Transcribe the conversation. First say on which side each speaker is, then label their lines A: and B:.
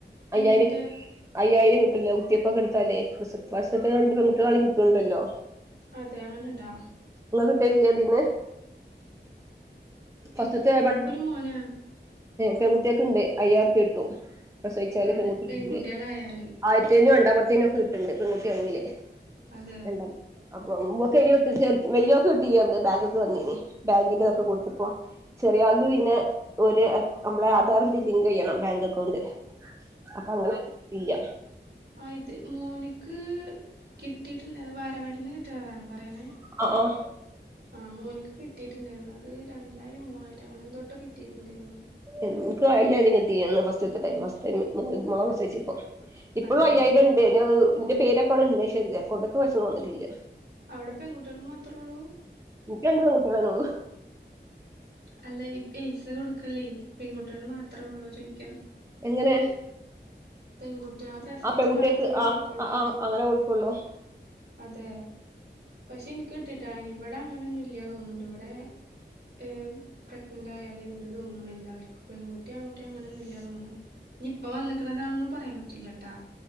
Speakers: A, on the right; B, on the right.
A: അയ്യായിരം
B: എന്തിന്റെ
A: കി അയ്യായിരം കിട്ടല്ലോ കുത്തിപ്പൊ കെടുത്താലേ ഫസ്റ്റ്ത്തത് രണ്ട്പെൺകുട്ടിക ണങ്കിൽകിട്ടുണ്ടല്ലോ
B: അതെ അങ്ങനെണ്ടോ
A: നിങ്ങക്ക് കിട്ടലില്ലതിന്ന് പസ്ത്തെ
B: ഇല്ലില്ല
A: പെ
B: എനിക്കൊരു മോനാ
A: പെൺകുട്ടിയക്ക് അയ്യറു പിട്ടും പ്രസവിച്ചാല്
B: അതെ
A: പെൺകുട്ടാണെങ്കില്
B: പെൺകുട്ടികളായാല്
A: ആയിത്തിനും രണ്ടാമത്തേനും ഒക്കെ കിട്ടണ്ട് പെൺകുട്ടിയാണെങ്കില്
B: അതെ
A: രണ്ടാം അപ്പൊ മ്മക്കെല്ലാർവലിയോക്കെ കിട്ടിന്ന് ബാങ്കിക്ക് വന്നിന് ബാങ്കിനൊക്കെ കൊട് അപ്പോ ചെറിയാൾത് പിന്നെ ഒരു നമ്മളെ ആധാറിന്റെ ലിങ്ക് ചെയ്യണം ബാങ്ക് അക്കൗണ്ട് അപ്പൊ അങ്ങനെയില്ല
B: ആഹ് ഇത് മോനിക്ക് കിട്ടിയിട്ടുണ്ട് വാലവാടിന്ന് കിട്ടണതാണോ പറയണേ
A: ആഹ് ആഹ്
B: ആഹ് മോനിക്ക് കിട്ടിട്ടുണ്ടായിരുന്നു അത് രണ്ടായിരം മൂവായിരം അങ്ങനെ എന്തോട്ടോ കിട്ടിയിട്ടുണ്ടായിരുന്നു
A: എനിക്ക് അയായിരം കിട്ടിയന്ന് ഫസ്റ്റ് ത്തെ ടൈം ഫസ്റ്റ് ടൈം മോള പ്രസവിച്ചപ്പ ഇപ്പോഴും
B: അതെ
A: അയ്യായിരം ഉണ്ട് എന്റെ പേരോകൊ അവടണ്ട് പക്ഷേ അക്കൗണ്ടൊക്കെ ക്ഷേ ന്നിട്ടില്ല
B: അവിടെ പെൺകുട്ടികൾക്ക് മാത്രള്ളൂ
A: ഇക്ക്ണ്ടും പെങ്കുട്ടിളെ നൊള്ളൂ
B: അല്ല ഈ പൈസ കൊടുക്കല്ലേ പെൺകുട്ടികൾ മാത്രേ ഉള്ളൂ ചോയിക്ക
A: എങ്ങനെ
B: പെൺകുട്ടികളെ പ്രസവിച്ച
A: ആഹ് പെൺകുട്ടിയക്ക്
B: മാത്രം കൊടുക്കുള്ളൂന്ന്
A: ആഹ് ആ്ഹ് അങ്ങനെ കൊടുകൊള്ളൂ
B: അതെ പക്ഷെ എനിക്ക് കിട്ടിട്ടാ ഇവിടെ അങ്ങനെന്നും ഇല്ലയ തോന്നുണ്ട് ഇവിടെ ഏഹ് പ്രെഗ്നന്റ് ആയാലണ്ട് തോന്നുണു എല്ലർക്കും പെൺകുട്ടി ആൺകുട്ടി അങ്ങനെ ഒന്ന് ഇല്ല തോന്ന്ണ് നി ഇപ്പ വന്നക്കുന്നതാണന്നും പറയാൻ പറ്റൂല ട്ടാ